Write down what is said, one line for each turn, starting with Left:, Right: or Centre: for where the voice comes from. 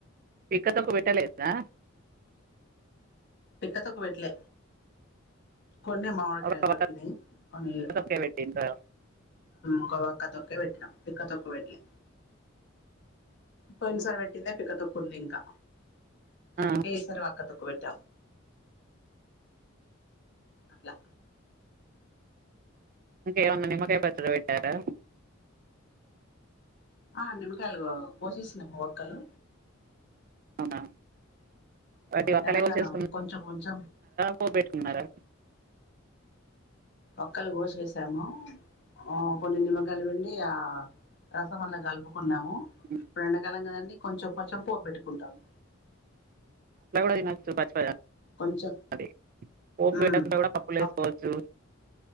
Right: పిక్కతొక్క పెట్టలేదా
Left: పిక్కతొక్కు పెట్టలే కొన్ని మామిడికాయలు
Right: ఒక వక్క
Left: దొరికినాయి కొన్ని
Right: తొక్కే పెట్టిండ్రా
Left: ఒక ఒక్క తొక్కే పెట్టినాం పిక్క తొక్క్క పెట్లే పోయిన సారి పెట్టిందే పిక్క తొక్కు ఉంది ఇంకా
Right: ఆ
Left: అందుకే ఈసారి వక్క తోక్కు పెట్టాం అట్లా
Right: ఇంకా ఏమైనా నిమ్మకాయ పచ్చడి పెట్టారా
Left: ఆ నిమ్మకాయలు పోసేసిన ఒక్కలు
Right: అవునా వాటి వక్కలే
Left: వెనకాల
Right: కోసేసుకున్నారా
Left: కొంచం కొంచం
Right: పోపు పెట్టుకున్నారా
Left: ఒక్కలు కోసేసాము ఆ కొన్ని నిమ్మకాయలు పిండి ఆ రసం అల్ల కలుపుకు న్నాము
Right: ఉమ్,
Left: ఇప్పుడు ఎండాకాలం కదండి కొంచెం కొంచెం పోపు పెట్టుకుంటాము
Right: అట్ల కూడా తినొచ్చు పచ్చిపద
Left: కొంచెం
Right: అదే పోపు
Left: ఉమ్
Right: పెట్టకుండా కూడా పప్పులు
Left: పప్
Right: వేసుకోవచ్చు